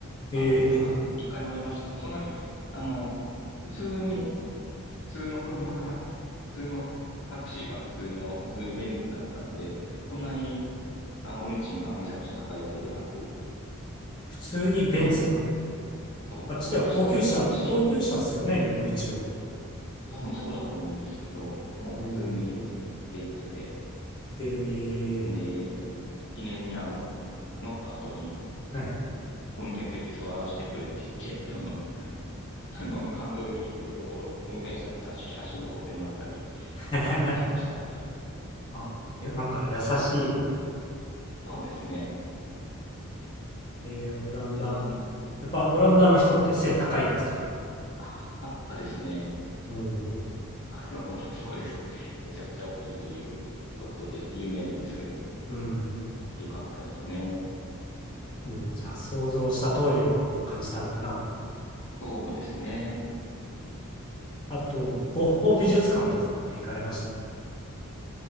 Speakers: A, on the left; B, on the left.
A: えー、
B: あ、乗ったかな一回乗りましたね。そんなに、あの、普通に、普通の車が、普通のタクシーが普通の、普通にベンツだったので、そんなにあの、運賃がめちゃくちゃ高いわけではなく、
A: <laughs> 普通にベンツが。
B: の、そう、
A: あっちでは高級車、
B: そうでした。タクシー。
A: 高級車っすよね、でも一応。
B: 多分そうだと思うんですけど、もう普通にベンツで、
A: うんえー、
B: で、記念にあの、乗った後に
A: はい。
B: 運転席座らせてくれって言って、<laughs> その、あの、ハンドル握ってるとこを運転手さんに写真写真に撮ってもらったり
A: <laughs>
B: しましたね。
A: あ、いや、なんか優し
B: そうですね。
A: い。えー、オランダ。
B: えー、
A: やっぱオランダの人って背高いんですか
B: あ、高かったですね。
A: うん
B: あの、そうです。めちゃくちゃ大きいということで有名なんですけど、
A: うん。
B: 大きかったですね。
A: もうじゃあ想像した通りの感じなのかな。
B: そうですね。
A: あと、ゴッホ美術館とかって行かれました